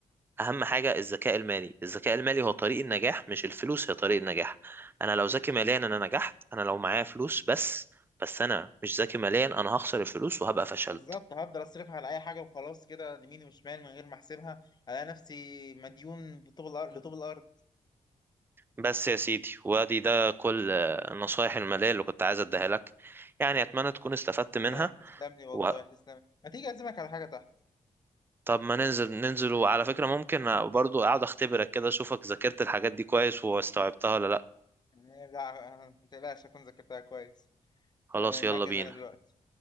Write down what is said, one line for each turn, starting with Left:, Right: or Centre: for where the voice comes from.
Right: أهم حاجة الذكاء المالي الذكاء المالي هو طريق النجاح مش الفلوس هي طريق النجاح أنا لو ذكي ماليا أنا نجحت أنا لو معايا فلوس بس بس أنا مش ذكي ماليا أنا هخسر الفلوس وهبقى فشلت
Left: بالظبط هفضل اصرفها على اي حاجه وخلاص كده يمين وشمال من غير ما احسبها الاقي نفسي مديون بطوب الارض لطوب الارض
Right: بس يا سيدي وادي ده كل آه، النصايح المالية اللي كنت عايز اديها لك يعني اتمنى تكون استفدت منها
Left: تمام تسلم لي والله
Right: و...
Left: تسلم ما تيجي اعزمك على حاجه تحت
Right: طب ما ننزل ننزل وعلى فكرة ممكن برضو اقعد اختبرك كده اشوفك ذاكرت الحاجات دي كويس واستوعبتها ولا لا
Left: يعني لا ما تقلقش اكون ذاكرتها كويس
Right: خلاص
Left: تمام
Right: يلا
Left: هجز
Right: بينا
Left: انا دلوقتي